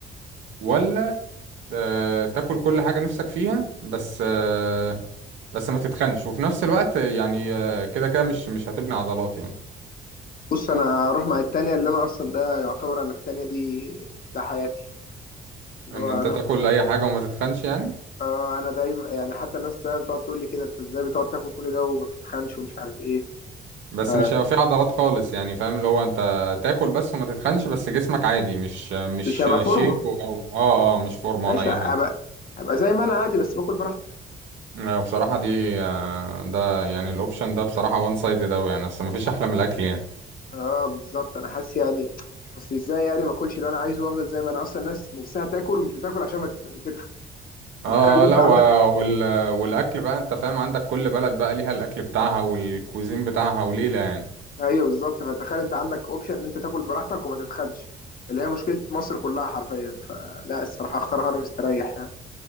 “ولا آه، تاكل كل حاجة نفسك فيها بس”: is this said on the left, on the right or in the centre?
Right